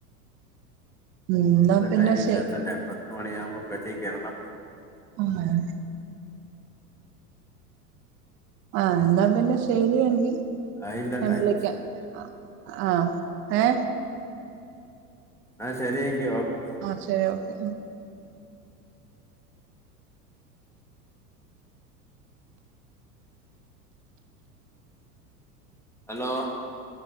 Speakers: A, on the right; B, in the centre.
A: എന്നാ
B: നമ്മളെ
A: പിന്നെ
B: ടൈം ഇങ്ങനെ
A: ശെ
B: തന്നെയ പത്ത് മണിയാകുമ്പൊ ബെഡിൽ കേറണം
A: ആഹ <unintelligible> ആഹ എന്നാ പിന്നെ ശരിയങ്കി
B: ആയില്ല
A: ഞാ ൻ
B: ടൈം
A: വിളിക്കാം ആഹ ഏ
B: ആഹ ശരിയങ്കി ഓക്കെ
A: ആ ശരി ഓക്കെ
B: ഹലോ